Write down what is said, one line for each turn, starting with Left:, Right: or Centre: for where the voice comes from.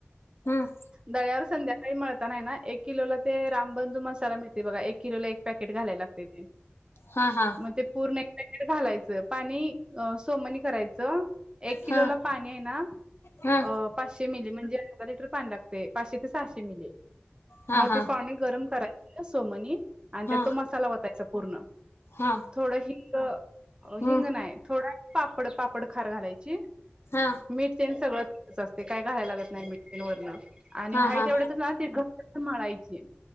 Left: हम्म
Right: दळ्यावर संध्याकाळी मळतांना आहे ना एक किलोला ते रामबंधू एक किलोला ऐक पॅकेट घालाय लागते ते
Left: हा हा
Right: मग ते पूर्ण पॅकेट घालायचं पाणी सोमनी करायचं. एक किलो
Left: हा
Right: ला पाणी आहे ना
Left: हा
Right: अ पाचशे मिली म्हणजे अर्धा लिटर पाणी लागते. पाचशे ते सहाशे मिली
Left: हा
Right: मोठे
Left: हा
Right: पाणी गरम करा सोमनी आणि
Left: हा
Right: त्यात तो मसाला वतायचा पूर्ण
Left: हा
Right: थोडं हींग हिंग
Left: हम्म
Right: नाय थोडा पापड पापड खार घालायची.
Left: हा
Right: मीठ, तेल सगळं असते काय घालाय लागत नाही मीठ तेन वरन. आणि
Left: हा
Right: हाये
Left: हा
Right: एवढ्यातच ना ते घट्ट मळायचे.